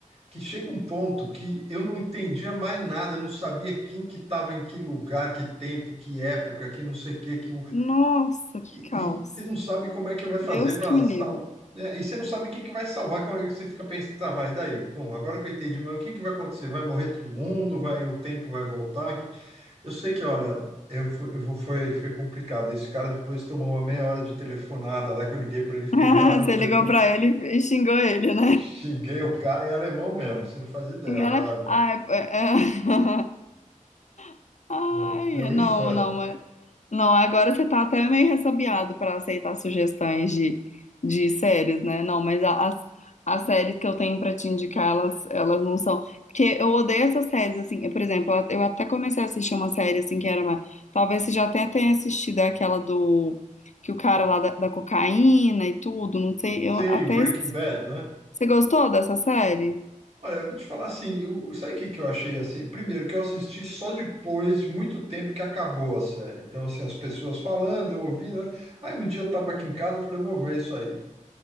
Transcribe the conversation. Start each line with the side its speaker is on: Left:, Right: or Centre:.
Right: que chega um ponto que eu não entendia mais nada, eu não sabia quem que estava em que lugar, que tempo, que época, que não sei o que, que
Left: Nossa, que
Right: e,
Left: caos.
Right: e você não sabe como é que vai fazer
Left: Deus
Right: para
Left: que me
Right: salvar.
Left: livre.
Right: E você não sabe o que que vai salvar. Como é que Você fica pensando, tá, mas daí? Bom, agora que eu entendi, mas o que que vai acontecer? Vai morrer todo mundo? Vai, o tempo vai voltar? Que- Eu sei que, olha, eu, fu- eu fu- foi, foi complicado. Esse cara depois tomou uma meia hora de telefonada lá que eu liguei para ele, fiquei
Left: <laughs>
Right: meia hora no
Left: Você
Right: telefone,
Left: ligou pra
Right: x-
Left: ele e xingou ele, né?
Right: xinguei o cara em alemão mesmo. Você não faz ideia.
Left: E
Right: Eu
Left: ela,
Right: falei,
Left: ah,
Right: ah,
Left: é- é- é. <laughs> Ai,
Right: meu, meu, é um
Left: não,
Right: inferno.
Left: não, Não, agora você tá até meio ressabiado para aceitar sugestões de, de séries, né? Não, mas a- as, as séries que eu tenho para te indicar, elas, elas não são. Porque eu odeio essas séries, assim. Por exemplo, eu até comecei a assistir uma série, assim, que era uma. Talvez você já até tenha assistido é aquela do. Que o cara lá da, da cocaína e tudo, não sei. Eu
Right: Sim,
Left: até.
Right: o Breaking Bad, né?
Left: Você gostou dessa série?
Right: Olha, eu vou te falar assim, eu, sabe o que que eu achei assim? Primeiro, que eu assisti só depois de muito tempo que acabou a série. Então, assim, as pessoas falando, eu ouvindo, né? Aí um dia eu estava aqui em casa, eu falei, vou ver isso aí.